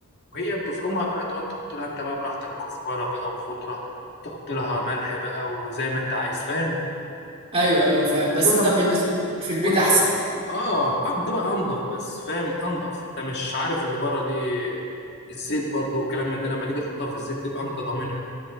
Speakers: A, on the left; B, on the right.
A: وهي بتفرمها بقى تقعد تحط لها انت بقى براحتك كزبره بقى وخضره تحط لها ملح بقى وزي ما انت عايز فاهم
B: ايوه ايوه فاهم بس
A: كل
B: انت
A: ما
B: بالنسبه لك في البيت
A: كل
B: احسن
A: ما اه اه بتبقى انضف بس فاهم انضف انت مش عارف اللي بره دي الزيت برضو والكلام من ده لما تيجي تحطها في الزيت تبقى انت ضامنها